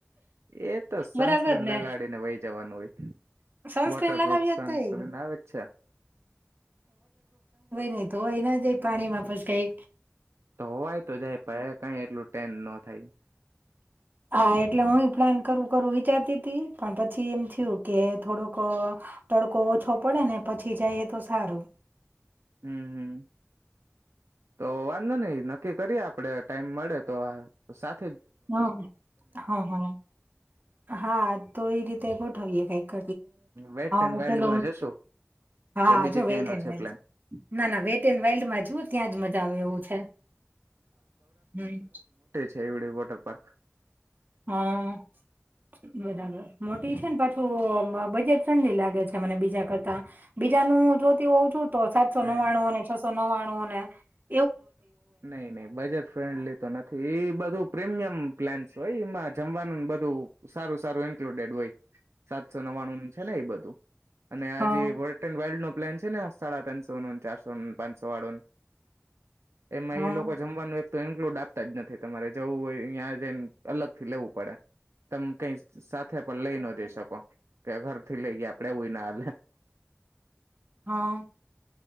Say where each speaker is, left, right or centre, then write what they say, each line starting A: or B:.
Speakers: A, on the right; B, on the right.
A: એ તો સનસ્ક્રીન
B: બરાબર ને
A: લગાડીને વહી જવાનું હોય
B: સનસ્ક્રીન
A: વોટરપ્રુફ
B: લગાવીએ
A: સનસ્ક્રીન
B: તોય
A: આવે જ છે
B: નઈ તો અહી જ પાણીમાં પ કઈ
A: તો હોવાય તો જાય પ કઈ એટલું ટેન ન થાય
B: હા એટલે હ પ્લાન કરું કરું વિચારતી હતીી પણ પછી એમ થયું કે થોડોક તડકો ઓછો પડે ને પછી જઈએ તો સારું
A: હમ હમ તો વાંધો નહીિ નક્કી કરીએ આપડે ટાઈમ મળે તો સાચ
B: હ હા હા હા તો એ રીતે થોએ કઈ એટલે હ
A: વેટ એન્ડ
B: હ
A: વાઇલ્ડમાં
B: પેલ
A: જશું
B: હા
A: કે બીજે
B: જો
A: ક્યાંય
B: વેટ
A: નો
B: એડ
A: છે
B: વાલ્
A: પ્લાન
B: ના ના વેટ એડ વાઇલ્ડમાં જુ ત્યાં જ મજા આવે એવું છે હમ
A: ખેવડી વાોટર પાર્ક
B: હા બરાબર મોટી છે ને પાછું બજેટ લી લાગે છે મને બીજા કરતા બીજાનું જો તેું તો ઓછા જ સોનો
A: નહી
B: વાણવો
A: નહી
B: ને તો સોનો વાણોને હ
A: નહી નહી બજેટ ફ્રેન્ડલી તો નથી એ બધું પ્રીમિયમ પ્લાન્ હોય એમાં જમવાનું બધું સારું સારું ઇન્ક્લુડેડ હોય સાતસો નવાણું છે ને એ બધું અને આજે
B: હા
A: બોરેટેન વાર્લ્ડ નો પ્લન છે નહીતાડા તનસો ચારસો પાંચસો વાળન એમાં
B: હા
A: એઈ લોકો જમવાનું તો ઇન્ક્લુડ આપતા જ નથી તમારે જવું હોય અહીં જઈને અલગ થી લેવું પડે તમે કઈ સાથે પણ લઈ ન જઈ શકો કે ઘરથી લઈ ગયા આપડે એવું ના હલેે
B: હા